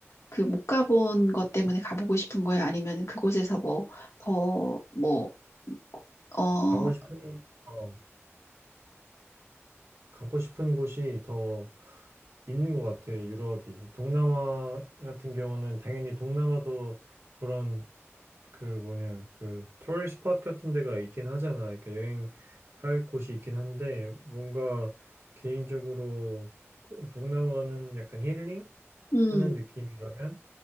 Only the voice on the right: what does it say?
가고 싶은, 어, 가고 싶은 곳이 더 있는 것 같아, 유럽이. 동남아 같은 경우는 당연히 동남아도 그런 그 뭐냐, 그 토리스트 스팟 같은 데가 있긴 하잖아. 그러니까 여행할 곳이 있긴 한데 뭔가 개인적으로 그 동남아는 약간 힐링?
하는 느낌이라면